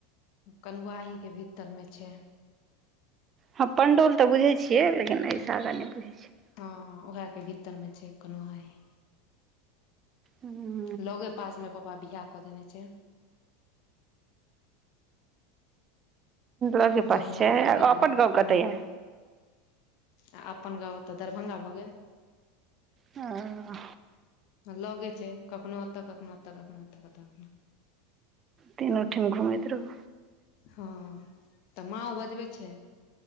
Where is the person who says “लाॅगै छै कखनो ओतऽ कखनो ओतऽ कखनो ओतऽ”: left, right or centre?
Left